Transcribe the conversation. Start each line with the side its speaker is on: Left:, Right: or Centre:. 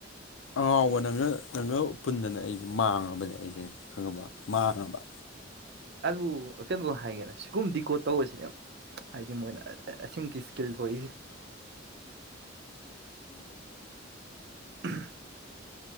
Left: ꯑꯉꯥꯎꯕ ꯅꯪꯅ ꯅꯪꯒ ꯄꯨꯟꯗꯅ ꯑꯩꯁꯦ ꯃꯥꯡꯉꯕꯅꯦ ꯑꯩꯁꯦ ꯈꯪꯉꯕ ꯃꯥꯡꯉꯕ
Right: ꯑꯗꯨ ꯀꯩꯅꯣ ꯍꯥꯏꯒꯦꯅ ꯁꯤꯒꯨꯝ ꯗꯤꯀꯣ ꯇꯧꯕꯁꯤꯅꯦ ꯍꯥꯏꯗꯤ ꯃꯣꯏꯅ ꯑꯁꯤꯒꯤ ꯏꯁꯀꯤꯜ ꯊꯣꯛꯏꯁꯦ <unintelligible>